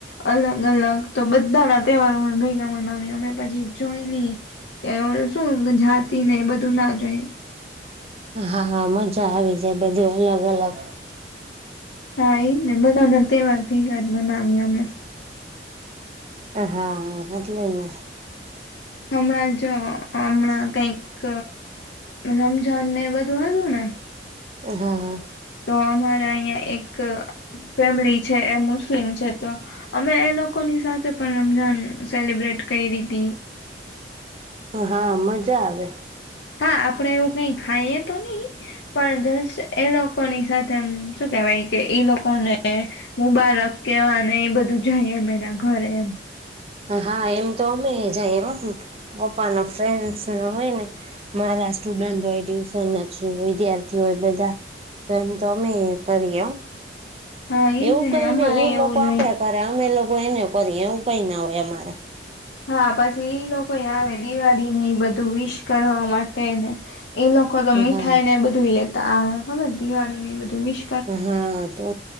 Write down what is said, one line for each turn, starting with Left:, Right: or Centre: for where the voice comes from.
Left: અલગ અલગ તો બધાના તહેવારો અમે ભેગા મનાવી્યા અમે પછી જોઈ નહી કે શું જાતિ ને બધું ના જોઈ
Right: હા હા મજા આવી જાય બધું અલગ અલગ
Left: હા એજ ને બધાના તહેવાર ભેગા જ મનાવીએ અમે
Right: હા હા એટલે ને
Left: હમણાં જ હમણાં કઈક રમઝાન ને બધું હતું ને
Right: હા હ
Left: તો અમારા અહિયાં એક ફેમિલી છે એ મુસ્લિમ છે તો અમે એ લોકોની સાથે પણ રમજાન સેલિબ્રેટ કયરી હતી
Right: હા મજા આવે
Left: હા આપડે એવું કઈ ખાઈએ તો નહી પણ જસ્ટ એ લોકોની સાથેમ શું કેહેવાય કે ઈ લોકોને હું બાળક કેવાને એ બધું જઈએ મેરા ઘરે એમ
Right: હા એમ તો અમે જ પપ્પા ના ફ્રેન્ડસ હોય ને મારા સ્ટુડન્ટ હોય ટ્યુશન ના વિદ્યાર્થી હોય બધા તો એમ તોમે કરીય
Left: હા એઈજ
Right: એવું કઈ
Left: ને અમારે
Right: નઈ એ
Left: એવું
Right: લોકો
Left: જ
Right: આપડે
Left: હોય
Right: કરે અમે લોકો એને કરીએ એવું કઈ ના હોય અમારે
Left: હા પછી ઈ લોકો આવે દિવાળીને ઈ બધું વિશ કરવા માટે ને એ લોકો આખો તો મીઠાઈ
Right: હા
Left: ને બધું લેતા આવે ખબર દિવાળીને બધું વિસ
Right: હા તો